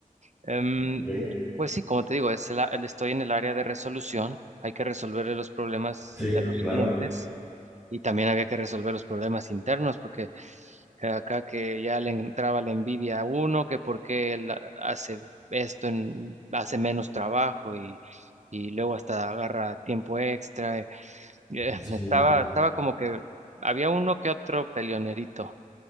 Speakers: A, on the right; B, on the right.
A: Em,
B: ok,
A: pues sí, como te digo, es el a- el- estoy en el área de resolución. Hay que resolver los problemas
B: sí,
A: de los
B: claro.
A: clientes y también había que resolver los problemas internos porque eh, Acá que ya le entraba la envidia a uno, que por qué él hace esto, en, hace menos trabajo y, y luego hasta agarra tiempo extra. eh, <laughs> eh,
B: Sí,
A: Estaba,
B: no,
A: estaba como que había uno que otro peleonerito.